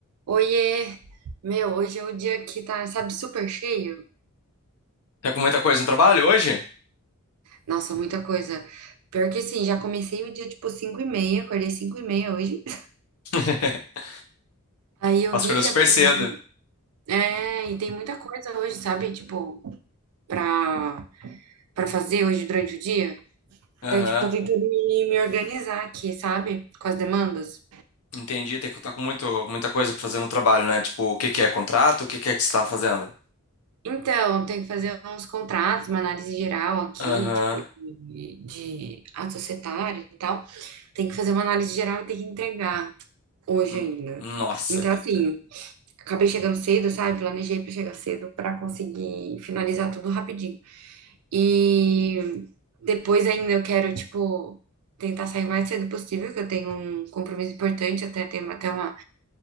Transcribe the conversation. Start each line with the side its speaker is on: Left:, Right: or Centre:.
Right: Oiê! Meu, hoje é o dia que tá, sabe, super cheio.
Left: Tá com muita coisa no trabalho hoje?
Right: Nossa, muita coisa. Pior que sim, já comecei o dia tipo 5 e meia, acordei 5 e meia hoje. <laughs>
Left: <laughs>
Right: Aí eu
Left: Nossa,
Right: vim
Left: acordou
Right: já
Left: super
Right: pro trabalho.
Left: cedo.
Right: É, e tem muita coisa hoje, sabe? Tipo, pra, pra fazer hoje durante o dia.
Left: Aham.
Right: Então, tipo, tô tentando me, me organizar aqui, sabe? Com as demandas.
Left: Entendi. Tem que estar com muito, muita coisa pra fazer no trabalho, né? Tipo, o que que é contrato? O que que é que você tá fazendo?
Right: Então, tem que fazer uns contratos, uma análise geral aqui,
Left: Aham.
Right: tipo, de, de ato societário e tal. Tem que fazer uma análise geral e tem que entregar. hoje
Left: N-
Right: ainda.
Left: Nossa
Right: Então,
Left: vida.
Right: assim, acabei chegando cedo, sabe? Planejei para chegar cedo para conseguir finalizar tudo rapidinho. E depois ainda eu quero, tipo, tentar sair o mais cedo possível, que eu tenho um compromisso importante, até tenho até uma,